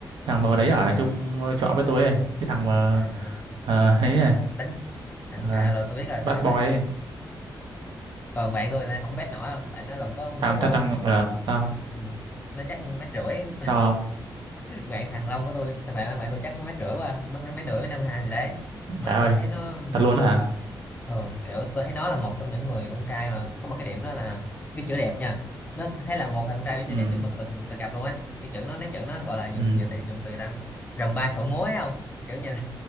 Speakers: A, on the right; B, on the left.
A: thằng
B: ờ,
A: mà hồi đấy ở chung trọ với tôi ấy cái thằng mà
B: à,
A: ờ, ấy à,
B: đánh à,
A: ờ,
B: à rồi tôi biết rồi
A: bad
B: tôi biết
A: boy
B: rồi
A: ấy
B: còn bạn tôi này không bet nổi đâu tại nó lùng có
A: thằng
B: hút
A: thằng,
B: à
A: thằng ờ, sao
B: ừ. nó chắc mét rưỡi
A: sao không
B: <laughs> bạn thằng Long của tôi thằng bạn bạn tôi chắc nó mét rưỡi qua mất mét rưỡi mấy năm hai gì đấy mà
A: trời ơi
B: tôi thấy nó
A: thật luôn á hả
B: ờ, kiểu tôi thấy nó là một trong những người con trai mà có một cái điểm đó là cái chữ đẹp nha nó thấy là một thằng trai với
A: ừ
B: chữ đẹp nhất mà tôi từng từng gặp luôn á cái chữ nó nói chữ nó gọi là dùng
A: ừ
B: dùng từ dùng từ ta rồng bay phượng múa ấy không kiểu nhìn